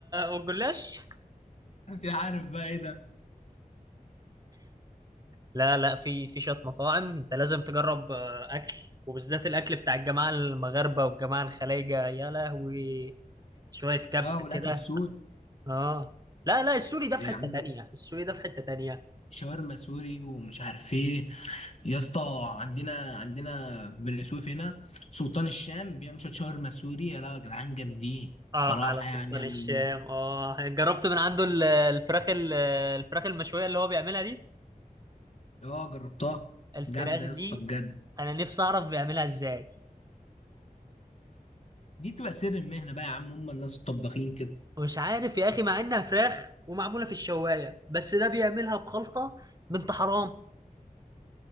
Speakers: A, on the right (about 25°); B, on the left (about 50°).
A: والجلاش
B: <laughs> انت عارف بقى ايه ده
A: لا لا في في شويه مطاعم انت لازم تجرب آه، اكل وبالذات الاكل بتاع الجماعه المغاربه والجماعه الخليجه يا لهوي شويه كبسه
B: اه والاكل
A: كده
B: السوري
A: اه لا لا السوري ده
B: يعني
A: في حته
B: عندك
A: تانية السوري ده في حته تانية
B: شاورما سوري ومش عارف ايه يا اسطى عندنا عندنا في بني سويف هنا سلطان الشام بيعمل شويه شاورما سوري يا لا يا جدعان جامدين
A: اه
B: صراحه
A: على سلطان
B: يعني أنا-
A: الشام اه جربت من عنده ال- الفراخ ال- الفراخ المشويه اللي هو بيعملها دي.
B: اه جربتها
A: الفراخ
B: جامده
A: دي
B: يا اسطى بجد
A: انا نفسي اعرف بيعملها ازاي
B: دي بتبقى سر المهنه بقى يا عم هم الناس الطباخين كده
A: ومش عارف يا اخي مع انها فراخ ومعموله في الشوايه بس ده بيعملها بخلطه بنت حرام